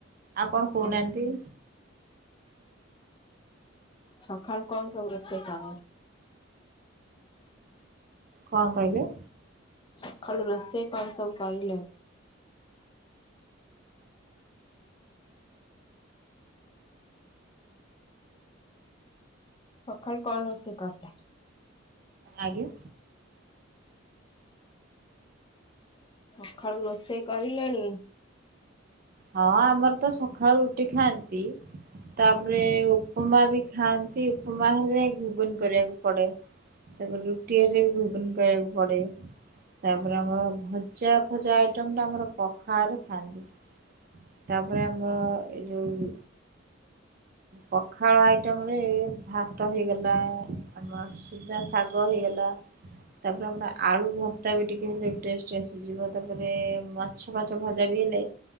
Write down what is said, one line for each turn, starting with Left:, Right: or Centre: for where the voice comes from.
Right: ଆଉ କଣ କହୁନାହାନ୍ତି।
Left: ଆ ସକାଳୁ କଣ ସବୁ ରୋଷେଇ କାମ
Right: କଣ କହିଲେ।
Left: ସକାଳୁ ରୋଷେଇ କଣ ସବୁ କରିଲେ। ସଖାଳୁ କଣ ରୋଷେଇ କଲେ।
Right: ଆଜ୍ଞା।
Left: ସକାଳୁ ରୋଷେଇ କରିଲେଣି।
Right: ହଁ ଆମର ତ ସକାଳୁ ରୁଟି ଖାଆନ୍ତି। ତାପରେ
Left: ହୁଁ
Right: ଉପମା ବି ଖାଆନ୍ତି ଉପମା ହେଲେ ଘୁଗୁନି କରିବାକୁ ପଡେ। ତାପରେ ରୁଟି ହେଲେ ବି ଘୁଗୁନି କରିବାକୁ ପଡେ। ତାପରେ ଆମର ଭଜା ଫଜା ଆଇଟମ୍ଟା ଆମର ପଖାଳରେ ଖାଆନ୍ତି! ତାପରେ ଆମର ଏଇ ଯୋଉ ପଖାଳ ଆଇଟମ ରେ ଭାତ ହେଇଗଲା ଆମର ସୁଜନା ଶାଗ ହେଇଗଲା। ତାପରେ ଆମର ଆଳୁ ଭର୍ତା ବି ଟିକେ ହେଲେ ଟେଷ୍ଟ ଆସେ ଯିବ ତାପରେ ମାଛ ଫାଛ ଭଜା ବି ହେଲେ